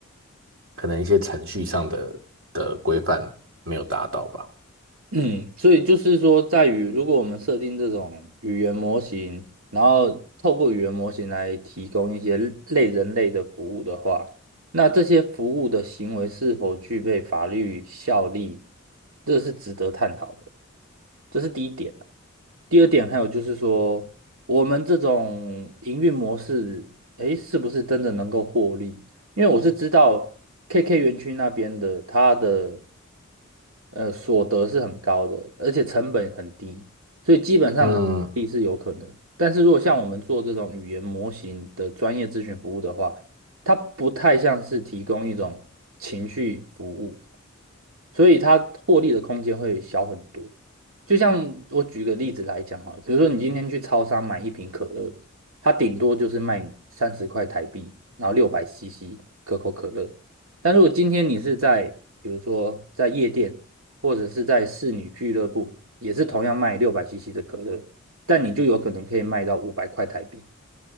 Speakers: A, on the right (about 70°); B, on the right (about 85°).
A: 可能一些程序上的的规范没有达到吧。
B: 嗯，所以就是说，在于如果我们设定这种语言模型，然后透过语言模型来提供一些类人类的服务的话，那这些服务的行为是否具备法律效力，这是值得探讨的，这是第一点啊。第二点还有就是说，我们这种营运模式，诶，是不是真的能够获利？因为我是知道 KK 园区那边的，它的呃所得是很高的，而且成本很低，所以基本上它获利是有可能。
A: 嗯
B: 但是如果像我们做这种语言模型的专业咨询服务的话，它不太像是提供一种情绪服务，所以它获利的空间会小很多。就像我举个例子来讲啊，比如说你今天去超商买一瓶可乐，它顶多就是卖你三十块台币，然后六百 CC 可口可乐。但如果今天你是在比如说在夜店或者是在侍女俱乐部，也是同样卖六百 CC 的可乐，但你就有可能可以卖到五百块台币。